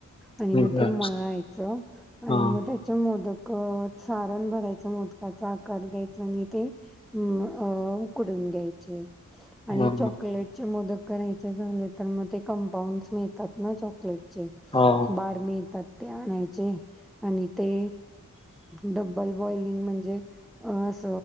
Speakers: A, in the centre; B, on the left.
A: आणि
B: ठीक
A: मग ते
B: आहे
A: मळायच आणि
B: हा
A: मग त्याच्या मोदक सारण भरा मोदकाचा आकार द्यायचा आणि ते हम् उकडून घ्यायचे आणि
B: हा
A: चॉकलेटचे मोदक करायचे झाले तर मग ते कंपाऊंडस मिळतात ना चॉकलेट
B: हा
A: बार मिळतात ते आणायचे आणि ते डब्बल बॉईलिंग म्हणजे अस